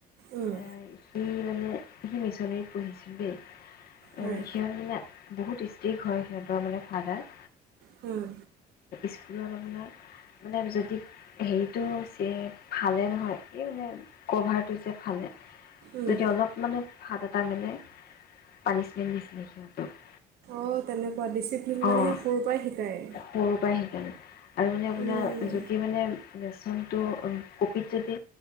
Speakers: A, on the right; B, on the left.
A: উম,
B: এ, সি মানে, সি মিছনেৰিত পঢ়িছিল দেই। অ',
A: হয়
B: সিহঁতবিলাক বহুত ষ্টিক হয় সিহঁতৰ মানে ফাডাৰ
A: হম।
B: স্কুলত আপোনাৰ মানে যদি হেৰিটো চে ফালে নহয় এই মানে কভাৰটো যে ফালে
A: উম।
B: তাকে অলপ মানে ফাতা তাৰমানে পানিছমেণ্ট দিছিলে সিহঁতক।
A: অ তেনে কোৱা ডিচিপ্লিন
B: অ'
A: মানেহে সৰুৰ পৰাই শিকায়।
B: সৰুৰ পৰাই শিকালোঁ আৰু মানে আপোনাৰ
A: উম,
B: জুতি মানে লেছনটো কপিত যদি